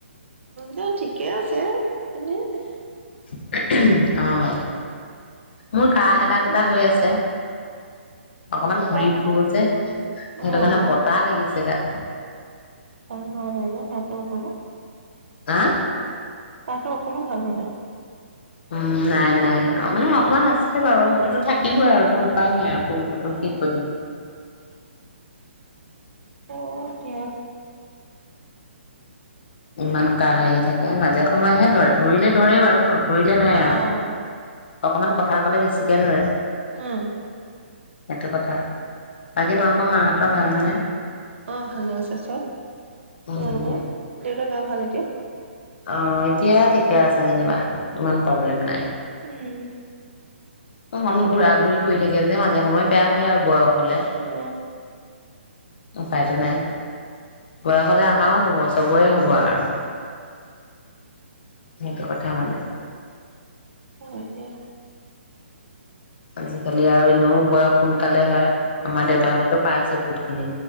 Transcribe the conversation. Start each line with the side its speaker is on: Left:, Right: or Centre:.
Right: উম ঠিকে আছে এনে
Left: <unintelligible> অ মোৰ কাহ
Right: তাৰপিছত
Left: এটা দুটা হৈ আছে অকমান ঘূৰি
Right: কাহ
Left: ফুুৰো যে সেইটো
Right: অ',
Left: কাৰণে
Right: কাহটো
Left: বতাহ লাগিছে গাত
Right: <unintelligible>
Left: হা
Right: গাটো অকণো ভাল হোৱা নাই
Left: উম নাই নাই মানে অকমান আছে বাৰু সেইটোতো থাকিবই আৰু টো উপায় নাই আৰু পৰিৱৰ্তন
Right: অ',
Left: কি কৰিম
Right: অ দিয়া
Left: ইমান কাহি আহি থাকে মাজে সময়েহে ধৰে ধৰিলে ধৰে বাৰু নতু ধৰিলে নাই
Right: অ',
Left: আৰু অকমান কথা কলে বেছিকে ধৰে
Right: উম
Left: সেইটো কথা বাকী তোমালোকৰ মাহঁতৰ
Right: উ
Left: ভাল নহয়
Right: অহ ভালে আছে চব
Left: প
Right: তোমালোকৰ?
Left: <unintelligible>
Right: গা ভাল এতিয়া
Left: অ এতিয়া ঠিকে আছে যেনিবা ইমান প্ৰব্লেম নাই
Right: উম
Left: অ মানো ঘূৰা ঘূৰি কৰি থাকে যে মাজে সময়ে বেয়া হয় আৰু বয়স বলে
Right: অ
Left: ওপাইটো নাই বয়স হলে আমাৰও হ'ব চবৰে হ'ব আৰু সেইটো কথা মানে
Right: হয় দিয়।
Left: আজিকালি আৰু ন বয়স। সোনকালে হয় আমাৰ দেউতাহঁতেতটো পাইছে বহুত খিনি